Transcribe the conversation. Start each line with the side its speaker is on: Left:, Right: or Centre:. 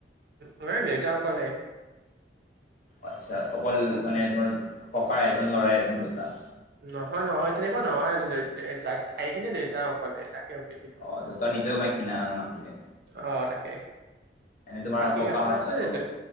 Right: উম <inaudible> দেউতা অক'লে।
Left: আচ্ছা অকল
Right: তাকে
Left: মানে তোমাৰ ককা এজন ল'ৰাই তোমাৰ দুটা।
Right: নহয় নহয় তেনেকুৱা নহয় <inaudible> ঠাই খিনিয়ে দেউতা অকলে তাকে। <inaudible>
Left: অ তই নিজেও মাইক
Right: আছে
Left: কিনা আৰু মাতি দে।
Right: অ তাকে
Left: তোমাৰ
Right: বাকী
Left: ককাহঁত
Right: ইহঁতৰ আছে
Left: আৰু
Right: <inaudible>